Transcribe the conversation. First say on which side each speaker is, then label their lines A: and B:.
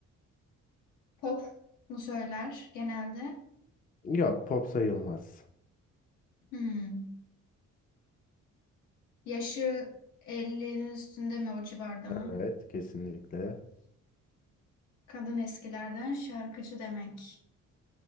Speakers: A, on the left; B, on the left.
A: pop mu söyler genelde?
B: Yok, pop sayılmaz.
A: Hmm. Yaşı elli'nin üstünde mi o civarda mı?
B: Evet, kesinlikle.
A: Kadın eskilerden şarkıcı demek.